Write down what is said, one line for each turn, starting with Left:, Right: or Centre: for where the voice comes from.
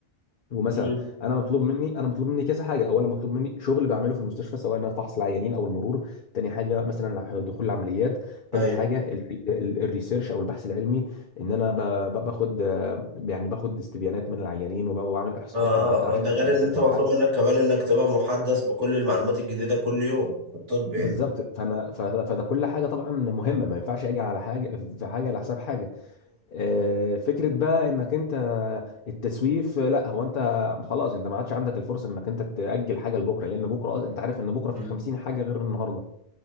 Left: ومثلا
Right: مم.
Left: انا مطلوب مني انا مطلوب مني كذا حاجه اولا مطلوب مني شغل بعمله في المستشفى سواء انا فحص العيانين او المرور تاني حاجه مثلا دخول العمليات تالت
Right: ايوه
Left: حاجه الري- ال- الريسيرش او البحث العلمي ان انا ب- ب- باخد آه، يعني باخد استبيانات من العيانين وب- وبعمل احصاءات
Right: اه
Left: مع
Right: اه
Left: عشان
Right: آه. ده غير
Left: الاماكن
Right: ان انت
Left: الابحاث
Right: مطلوب منك كمان انك تبقى محدث بكل المعلومات الجديدة كل يوم في الطب يعني
Left: بالظبط فانا ف- فده كل حاجه طبعا مهمه ما ينفعش اجي على حاجه في حاجه على حساب حاجه آه، فكرة بقى انك انت التسويف آه، لا هو انت خلاص انت ما عادش عندك الفرصة انك انت تأجل حاجة لبكرة لان بكرة أص- انت عارف ان بكرة في
Right: مم.
Left: 50 حاجة غير النهاردة